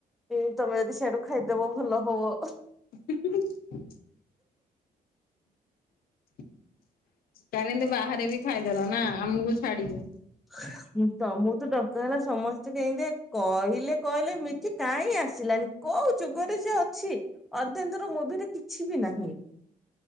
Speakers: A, in the centre; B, on the left.
A: ଉଁ ତମେ ଯଦି ସିଆଡୁ ଖାଇଦବ ଭଲ ହବ।
B: <unintelligible> <unintelligible> କାଲି ଏନ୍ତି ବାହାରେ ବି ଖାଇଦେଲ ନା ଆମକୁ ଛାଡକି।
A: <inaudible> ହୁଁ ତମକୁ ତ ଡକା ହେଲା ସମସ୍ତେ କେନ୍ତି କହିଲେ କହିଲେ ମିଠି କାଇଁ ଆସିଲାନି? କୋଉ ଯୁଗରେ ସେ ଅଛି ଅର୍ଧେନ୍ଧୁର ମୁଭିରେ କିଛି ବି ନାହିଁ।